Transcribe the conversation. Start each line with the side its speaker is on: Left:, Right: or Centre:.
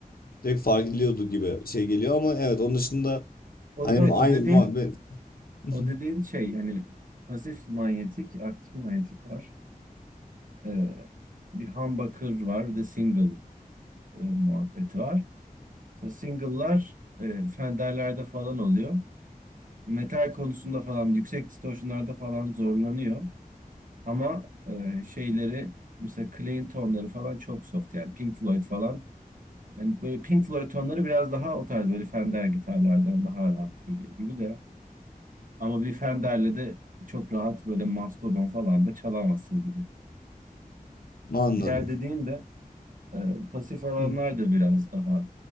Left: Direkt fark ediliyordu gibi şey geliyor ama evet onun dışında
Right: O,
Left: hani
Right: evet
Left: aynı
Right: o dediğin
Left: muhabbet. <laughs>
Right: o dediğin şey hani pasif manyetik, aktif manyetik var. Ee, bir humbucker var, de single e, muhabbeti var. Mesela single'lar e, Fender'lerde falan oluyor. Metal konusunda falan, yüksek distortion'larda falan zorlanıyor. Ama e, şeyleri, mesela clean tonları falan çok soft. Yani Pink Floyd falan. Yani böyle Pink Floyd tonları biraz daha o tarz böyle Fender gitarlardan daha rahat geliyor gibi de. Ama bir Fender'le de çok rahat böyle Mastodon falan da çalamazsın gibi.
Left: Anladım.
Right: Diğer dediğin de E, pasif alanlar
Left: Hmm.
Right: da biraz daha